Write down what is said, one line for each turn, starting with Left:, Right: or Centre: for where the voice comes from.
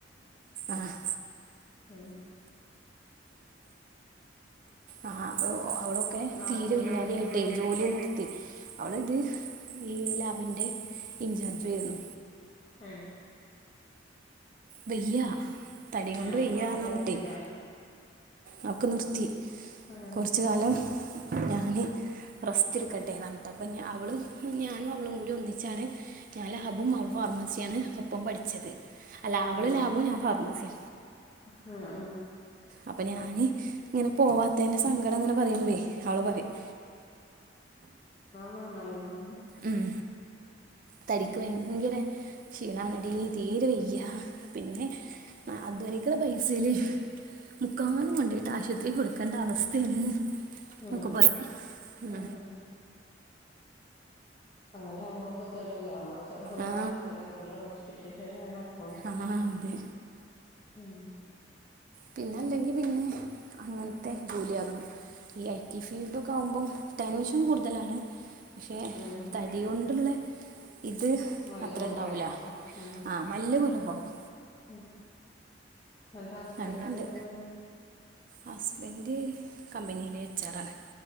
Right: ആഹ്
Left: ഉം
Right: ആഹ് അപ്പൊ അവളൊക്കെ
Left: നാത്തൂന്
Right: തീരെ വയ്യാതെ
Left: എന്തിനാ
Right: ആട്ടെ
Left: പോയിന്നെ
Right: ജോലി
Left: ഇപ്പൊ
Right: നിർത്തി അവിടെ ഇത് ഈ ലാബിന്റെ ഇൻചാർജ ആയിരുന്നു
Left: ഉം <unintelligible>
Right: വെയ്യാ തടി കൊണ്ട്
Left: ആഹ് അപ്പൊ
Right: വെയ്യാണ്
Left: ആള് പോണില്ല
Right: പറഞ്ഞിട്ടേ അവക്ക് നിർത്തി
Left: ആഹ്
Right: കൊറച്ച് കാലം ഞാന്- റസ്റ്റ്ടുക്കട്ടെന്ന് പറഞ്ഞിട്ട് അപ്പൊ അവള് ഞാനും അവളും കൂടി ഒന്നിച്ചാണ് ഞാന് ലാബും അവള് - ഫാർമസ ആണ് ഒപ്പം പഠിച്ചത് അല്ല അവള്
Left: ആഹ്
Right: ലാബും ഞാൻ ഫാർമസി
Left: ആഹ് ആഹ്
Right: അപ്പൊ ഞാന് ഇങ്ങനെ പോവാത്തതിന്റെ സങ്കടം ഇങ്ങനെ പറയുമ്പഴേ അവള് പറയും
Left: ന്മായിന്ന് <unintelligible>
Right: ഉം തരിക്ക്
Left: അതെ
Right: ഭയങ്കര ക്ഷീണം ആണെടി തീര് വെയ്യ പിന്നെ അധ്വനിക്കുള്ള പൈസയില്- മുക്കാലും കൊണ്ടോയിട്ട് ആശുപത്രി കൊടുക്കേണ്ട അവസ്ഥയാണ് എന്നൊക്കെ
Left: ആഹ്
Right: പറയും
Left: ആഹ് അങ്ങനെ ആകുമ്പോഴും ഗതികേട് അല്ലേ നമ്മള് ചെലവ് എങ്കിലും
Right: ആ
Left: നടക്കൂലോ ഫുള്ള് ഹോസ്പിറ്റൽ- നടക്കുള്ളൂ
Right: ആഹ് അതെ
Left: ഉം
Right: പിന്നെല്ലെങ്കി പിന്നെ- അങ്ങനത്തെ ജോലി ആകണം ഈ ഐ ടി ഫീൽഡ് ഒക്കെ ആകുമ്പോം ടെൻഷൻ കൂടുതലാണ് പക്ഷേ
Left: ഉം
Right: തരി കൊണ്ടുള്ള- ഇത്
Left: മല്ല്
Right: അത്ര
Left: കൊറവായിരിക്കും
Right: ഇണ്ടാവൂല
Left: ഉം
Right: ആഹ മല്ല് കൊറവ് ഇണ്ടാകും
Left: ഉം ഇയാടെ ഹസ്ബൻഡ്
Right: അങ്ങനെയുണ്ട്
Left: എന്താ പണി
Right: ഹസ്ബൻഡ് കമ്പനിയിലെ എച്ച് ആർ ആണ്